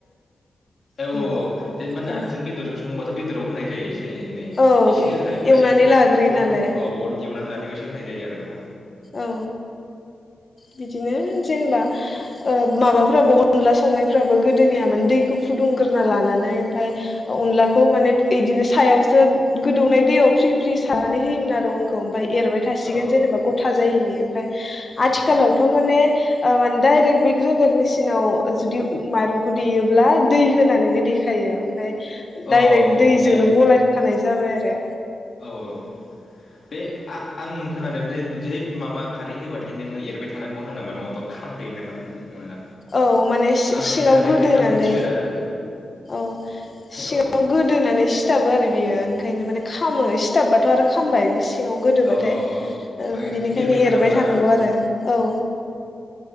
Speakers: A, on the left; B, on the left.
A: औ
B: बेयाव
A: औ औ जेनेबा नारजिजों
B: औ
A: बेदरजों सङोबाथ बेदराव होनाय जायो एसे ए एनै
B: औ
A: एसे होखायो ओमफ्राय
B: एवनानै लाग्रोयो
A: <unintelligible>
B: नालाय
A: एवनानै लानायाव एसे होनाय जायो आरो औ
B: औ बिदिनो जेनेबा ओ माबाफोराबो अनला संनायफ्राबो गोदोनिया माने दैखौ फुदुंग्रोना लानानै ओमफ्राय अनलाखौ माने बिदिनो सायावसो गोदौनाय दैयाव फ्रि फ्रि सारनानै होयोमोन आरो अनखौ ओमफ्राय एरबाय थासिगोन
A: औ
B: जेनेबा जायिनि ओमफ्राय आथिखालावथ
A: औ
B: माने ओ माने दायरेक्ट बे ग्रेन्डार मेसिनाव जुदि माइरंखौ देयोब्ला दै होनानैनो देखायो ओमफ्राय
A: औ
B: डाइरेक्ट
A: औ
B: दैजोंनो
A: डाइरेक्ट
B: गलाय खानाय जाबाय आरो
A: औ औ बे आ-आं खोनादों दे जै माबा खारै होबाथाय नोंङो एरबाय थानांगौ होन्दों नामा नङाबा खामदोयो ना मा होनदों? अनला
B: औ माने
A: आं संफेराखै
B: सिङाव गोदोनानै
A: ओंखायनो आं मोनथिफेरा आरो
B: औ सिङाव
A: औ
B: गोदोनानै सिथाबो आरो बियो ओंखायनो माने खामो सिथाबबाथ आरो खामबाय सिङाव गोदोबाथाय
A: औ औ औ ओमफ्राय
B: ओ बिनिखायनो
A: थानांगौना
B: एरबाय थानांगौ
A: औ
B: आरो औ